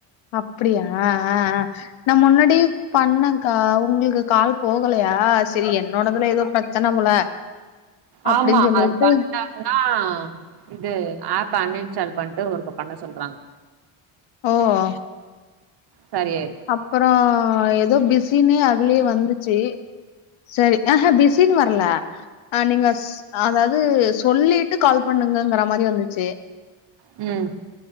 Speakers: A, on the left; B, on the right.
A: அப்டியா ஆ ஆ நா முன்னாடி பண்ணங்க்கா உங்களுக்கு கால் போகலையா செரி என்னோடதுல எதோ பிரச்சன போல
B: ஆமா
A: அப்டின்னு சொல்லிட்டு
B: அது பண்ணுனா எதுனா இது ஆப் அன் இன்ஸ்டால் பண்ணிட்டு ஒருக்கா பண்ண சொல்றாங்க
A: ஓ ஓ
B: சரியாயிரு
A: அப்பறோ எதோ பிஸினே அதுலே வந்துச்சு செரி ஆ ஹா பிஸின்னு வர்ல ஆ நீங்கஸ் அதாவது சொல்லிட்டு கால் பண்ணுங்கங்கிற மாரி வந்துச்சு
B: ம்